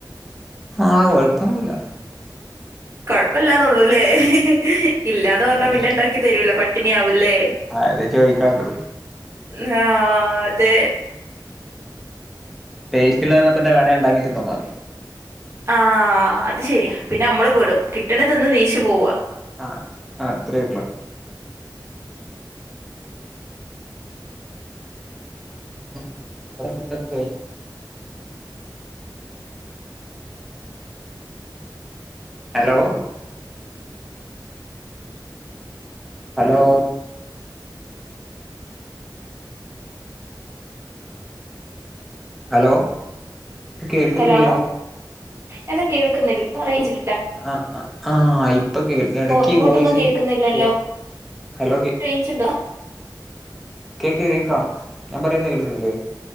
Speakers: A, in the centre; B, on the right (about 35°).
A: ആഹ കൊഴപ്പോന്നൂല്യ
B: കുഴപ്പല്ലാന്നേള്ളൂല്ലേ? ഇല്ലാന്ന് പറഞ്ഞാ
A: ഉം
B: പിന്നെ ഇണ്ടാക്കി തരൂല പട്ടിണി ആവു ല്ലേ
A: അത് ചോദിക്കാണ്ടു
B: ന്ന്ഹാ അതേ
A: ടേസ്റ്റില്ലാ പറഞ്ഞാപിന്നെ വേണേണ്ടാക്കിതിന്നോ മാതി
B: ആ അത് ശര്യാ. പിന്ന അമ്മള് പെടും കിട്ടണ് തിന്ന് നീച്ചു പോവാ
A: ആ ആ അത്രള്ളൂ മും അവടെ ഫുഡ്‌ ഒക്കെ കയിഞ്ഞോ? ഹലോ ഹലോ ഹലോ കേൾക്കുന്നില്ലല്ലോ
B: ഹലോ എന്താ കേൾക്കുന്നില്ല <unintelligible> റേഞ്ച് <unintelligible>
A: ആ ആ ആ ഇപ്പ കേൾ ഇടക്ക്
B: ഇങ്ങോട്ടൊന്നും
A: വോയിസ്
B: കേൾക്കുന്നില്ലല്ലോ
A: പ്പോ ഹലോ കി
B: റേഞ്ച് ഉണ്ടോ
A: കേക്ക് കേക്കാം ഞാൻ പറയുന്ന കേൾക്കുന്നില്ലേ?